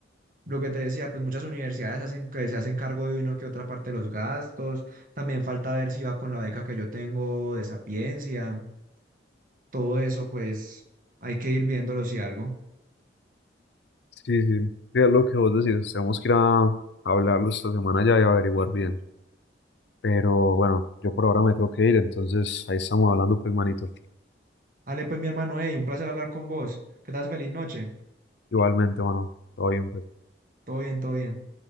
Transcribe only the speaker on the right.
lo que te decía, pues muchas universidades hacen que se hacen cargo de uno que otra parte de los gastos, también falta ver si va con la beca que yo tengo de Sapiencia, todo eso pues hay que ir viéndolo si algo.
Ale, pues mi hermano, hey, un placer hablar con vos. Que estás feliz noche.
Todo bien, todo bien.